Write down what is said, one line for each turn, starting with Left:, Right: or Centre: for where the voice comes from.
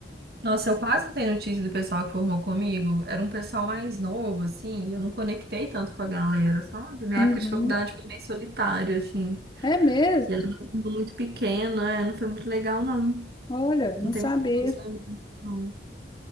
Right: Nossa, eu quase não tenho notícia do pessoal que formou comigo. Era um pessoal mais novo, assim, e eu não conectei tanto com a galera, sabe? Minha
Left: Uhum.
Right: época de faculdade foi bem solitária, assim.
Left: É mesmo?
Right: E era uma turma muito pequena, é, não foi muito legal, não.
Left: Olha, não
Right: Não tem
Left: sabia.
Right: muitas lembranças, não.